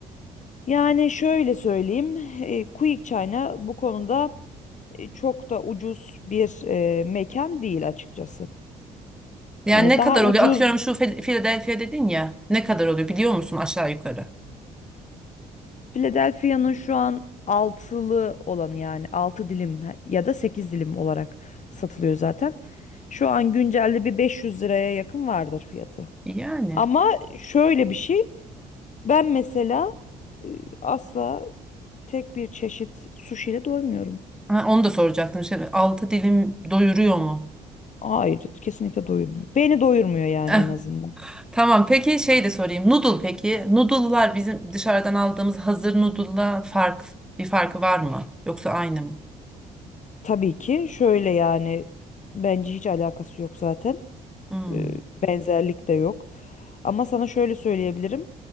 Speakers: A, on the left; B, in the centre.
A: Yani şöyle söyleyeyim, e, Quick China bu konuda e, çok da ucuz bir e, mekan değil açıkçası.
B: Yani
A: Hani
B: ne
A: daha
B: kadar
A: ucuz
B: oluyor? Atıyorum şu Phil- Philadelphia dedin ya. Ne kadar oluyor biliyor musun aşağı yukarı?
A: Philadelphia'nın şu an altılı olanı yani 6 dilim he- ya da 8 dilim olarak satılıyor zaten. Şu an güncelde bir 500 liraya yakın vardır fiyatı.
B: Yani.
A: Ama şöyle bir şey, ben mesela e, asla tek bir çeşit sushi ile doymuyorum.
B: Ha, onu da soracaktım. Şey, altı dilim doyuruyor mu?
A: Hayır, kesinlikle doyurmuyor. Beni doyurmuyor yani
B: Eh,
A: en azından.
B: Tamam peki şey de sorayım. Noodle peki. Noodle'lar bizim dışarıdan aldığımız hazır noodle'la fark, bir farkı var mı? Yoksa aynı mı?
A: Tabii ki şöyle yani bence hiç alakası yok zaten.
B: Hmm.
A: Ee, Benzerlik de yok. Ama sana şöyle söyleyebilirim.